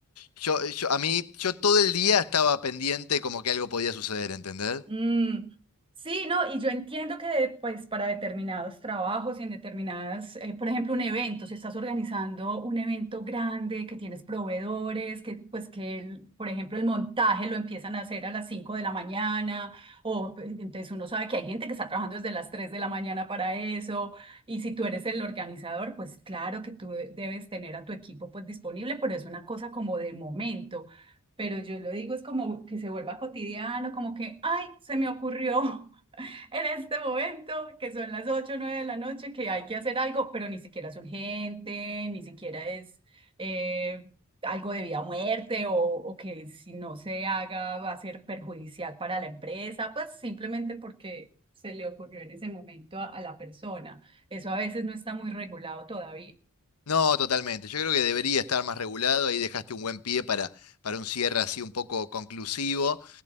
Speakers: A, on the left; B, on the right.
A: Yo, yo, a mí, yo todo el día estaba pendiente como que algo podía suceder, ¿entendés?
B: Mm, sí, no, y yo entiendo que pues para determinados trabajos y en determinadas, eh, por ejemplo, un evento, si estás organizando un evento grande, que tienes proveedores, que pues que, el- por ejemplo, el montaje lo empiezan a hacer a las 5 de la mañana, o pues, entonces uno sabe que hay gente que está trabajando desde las 3 de la mañana para eso, y si tú eres el organizador, pues claro que tú de- debes tener a tu equipo pues disponible, pero es una cosa como de momento pero yo lo digo, es como que se vuelva cotidiano, como que, ay, se me ocurrió <laughs> en este momento, que son las ocho o 9 de la noche, que hay que hacer algo, pero ni siquiera es urgente, ni siquiera es eh, algo de vida o muerte, o, o que si no se haga va a ser perjudicial para la empresa, pues simplemente porque se le ocurrió en ese momento a a la persona. Eso a veces no está muy regulado todavía.
A: No, totalmente. Yo creo que debería estar más regulado. Ahí dejaste un buen pie para, para un cierre así un poco conclusivo.